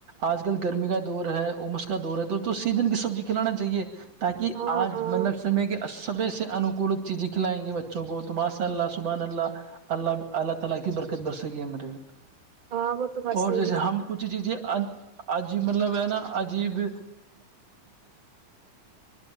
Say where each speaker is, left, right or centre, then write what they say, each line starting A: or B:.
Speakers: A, on the right (about 50°); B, on the right (about 35°).
A: آج کل گرمی کا دور ہے امس کا دور ہے تو تو سیزن کی سبزی کھلانا چاہیے تاکہ
B: ہاں
A: آج
B: ہاں
A: مطلب سمے کے سبے سے انوکولت چیزیں کھلائیں گے بچوں کو تو ماشاء اللہ سبحان اللہ <unintelligible>
B: ہاں وہ تو بس
A: اور
B: یہی
A: جیسے ہم کچھ چیزیں عجیب مطلب ہے نا عجیب